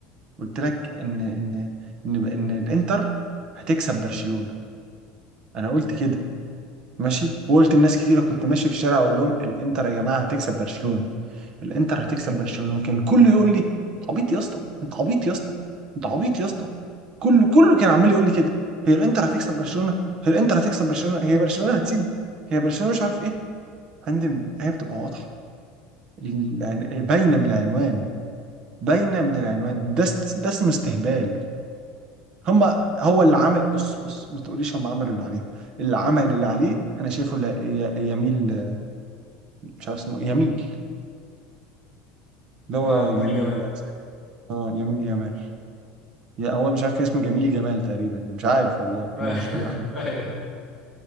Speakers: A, on the right; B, in the centre.
A: قلت لك ان ان ان ان الانتر هتكسب برشلونة انا قلت كده ماشي وقلت لناس كتيره كنت ماشي في الشارع اقول لهم الانتر يا جماعه هتكسب برشلونة الانتر هتكسب برشلونة كان كله يقول لي انت عبيط يا اسطى انت عبيط يا اسطى انت عبيط يا اسطى كله كله كان عمال يقول لي كده هي الانتر هتكسب برشلونة هي الانتر هتكسب برشلونة هي برشلونة هتسيب هي برشلونة مش عارف ايه يا فندم هي بتبقى واضحه العن- باينه من العنوان باينه من العنوان ده است... ده اسمه استهبال هم هو اللي عمل بص بص ما تقوليش هم عملوا اللي عليهم اللي عمل اللي عليه انا شايفه لا... ي... يميل مش عارف اسمه إيه، يميل اللي هو
B: اه
A: جميل
B: يميل جمال
A: ده اه يميل يمال يا هو مش عارف كان اسمه جميل جمال تقريبا مش عارف والله
B: <laughs>
A: انا مش قادر احدد
B: ايوه